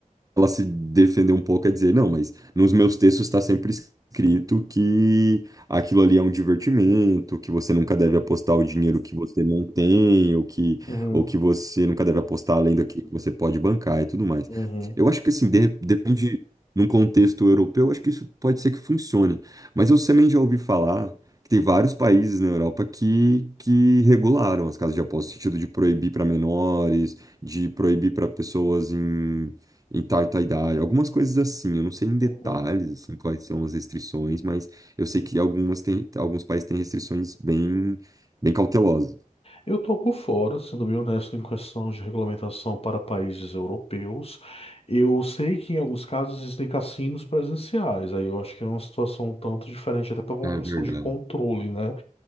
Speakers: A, on the right (about 25°); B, on the left (about 45°).
A: ela se defender um pouco é dizer, não, mas nos meus textos está sempre escrito que aquilo ali é um divertimento, que você nunca deve apostar o dinheiro que você não tem, ou que,
B: Uhum,
A: ou que você nunca deve apostar além daquilo que você pode bancar e tudo mais.
B: uhum,
A: Eu acho que assim, de- depende, num contexto europeu, eu acho que isso pode ser que funcione. Mas eu também já ouvi falar. que Tem vários países na Europa que, que regularam as casas de aposta, no sentido de proibir para menores, de proibir para pessoas em, em tal, tal idade, algumas coisas assim, eu não sei em detalhes
B: uhum.
A: assim quais são as restrições, mas eu sei que algumas têm, alguns países têm restrições bem, bem cautelosas.
B: Eu tô por fora, sendo bem honesto, em questão de regulamentação para países europeus. Eu sei que em alguns casos existem cassinos presenciais, aí eu acho que é uma situação um tanto diferente, até por uma
A: É
B: questão
A: verdade.
B: de controle, né?